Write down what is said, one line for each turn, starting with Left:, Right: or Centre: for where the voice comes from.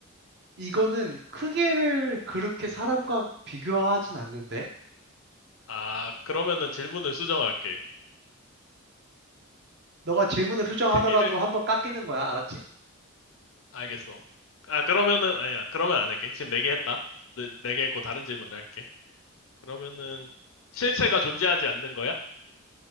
Right: 이거는 크기를 그렇게 사람과 비교하진 않는데?
Left: 아, 그러면은 질문을 수정할게.
Right: 너가 질문을 수정하더라도
Left: 크기를
Right: 한번 깎이는 거야, 알았지?
Left: 알겠어. 아, 그러면은 아니야. 그러면 안 할게. 지금 네 개 했다. 네, 네개 했고 다른 질문을 할게. 그러면은 실체가 존재하지 않는 거야?